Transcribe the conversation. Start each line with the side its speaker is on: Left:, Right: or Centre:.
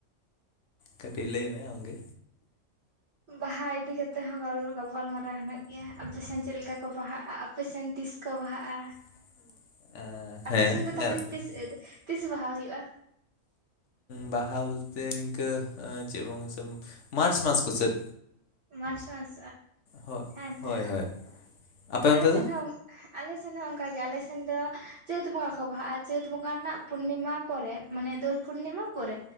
Left: ᱠᱟᱹᱴᱤᱡ ᱞᱟᱹᱭ ᱢᱮ ᱟᱢ ᱜᱮ᱾
Right: ᱵᱟᱦᱟ ᱤᱫᱤ ᱠᱟᱛᱮᱜ ᱦᱚᱸ ᱜᱟᱯᱟᱞ ᱢᱟᱨᱟᱨᱟᱣ ᱦᱮᱱᱟᱜ ᱜᱮᱭᱟ ᱟᱯᱮᱥᱮᱱ ᱪᱮᱫ ᱞᱮᱠᱟ ᱠᱚ ᱵᱟᱦᱟᱜᱼᱟ ᱟᱯᱮᱥᱮᱱ ᱛᱤᱥ ᱠᱚ ᱵᱟᱦᱟᱜᱼᱟ?
Left: <inaudible> ᱦᱮᱸ
Right: ᱟᱯᱮ ᱥᱮᱱ ᱫᱚ
Left: ᱜᱟᱱᱚᱜ
Right: ᱛᱟᱦᱚᱞᱮ
Left: ᱜᱮᱭᱟ᱾
Right: ᱛᱤᱥ ᱛᱤᱥ ᱵᱟᱦᱟ ᱦᱩᱭᱩᱜᱼᱟ
Left: ᱵᱟᱦᱟ ᱵᱚᱞᱛᱮ ᱱᱤᱝᱠᱟᱹ ᱪᱮᱫ ᱵᱚᱸᱜᱟ <inaudible> ᱢᱟᱨᱪ ᱢᱟᱥ ᱠᱚ ᱥᱮᱫ
Right: ᱢᱟᱨᱪ ᱢᱟᱥ
Left: ᱦᱳᱭ
Right: ᱦᱮᱸᱛᱚ
Left: ᱦᱳᱭ ᱦᱳᱭ ᱟᱯᱮ
Right: ᱟᱞᱮ
Left: ᱚᱱᱛᱮ
Right: ᱥᱮᱱ
Left: ᱫᱚ
Right: ᱦᱚᱸ ᱟᱞᱮᱥᱱ ᱦᱚᱸ ᱚᱱᱠᱟᱜᱮ ᱟᱞ ᱥᱮᱱ ᱫᱚ ᱪᱟᱹᱛ ᱵᱚᱸᱜᱟ ᱠᱚ ᱵᱟᱦᱟᱜᱼᱟ ᱪᱟᱹᱛ ᱵᱚᱸᱜᱟ ᱨᱮᱱᱟᱜ ᱯᱩᱨᱱᱤᱢᱟ ᱯᱚᱨᱮ ᱢᱟᱱᱮ ᱫᱳᱞ ᱯᱩᱨᱱᱤᱢᱟ ᱯᱚᱨᱮ